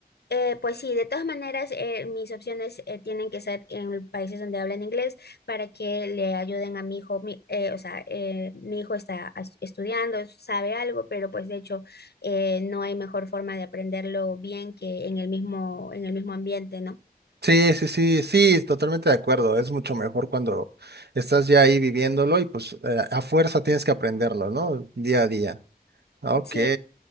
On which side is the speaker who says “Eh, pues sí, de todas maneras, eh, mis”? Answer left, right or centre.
Left